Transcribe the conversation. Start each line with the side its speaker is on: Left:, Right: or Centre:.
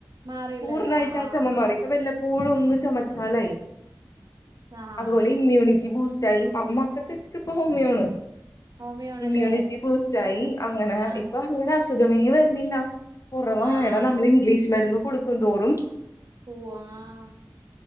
Right: മാറിയില്ലല്ലേ
Left: പൂർണ്ണായിട്ട്
Right: ആഹ്
Left: ആ
Right: ആഹ്
Left: ചുമ മാറി. ഇപ്പ വല്ലപ്പോഴും ഒന്ന് ചൊമച്ചാലായി
Right: ആഹ് ആഹ്
Left: അതുപോലെ ഇമ്മ്യൂണിറ്റി ബൂസ് റ്റായി മ മക്കക്കെക്ക ഇപ്പ ഹോമിയോണ്
Right: ഹോമിയോണല്ലേ
Left: ഇമ്മ്യൂണിറ്റി ബൂസ്റ്റായി അങ്ങനെ
Right: ആഹ്
Left: ഇപ്പൊ അങ്ങനെ അസുഖമേ വരണില്ല കൊറവാണ്
Right: ആഹ്
Left: എടാ നമ്മള് ഇംഗ്ലീഷ് മരുന്ന് കൊടുക്കുംന്തോറും
Right: <unintelligible>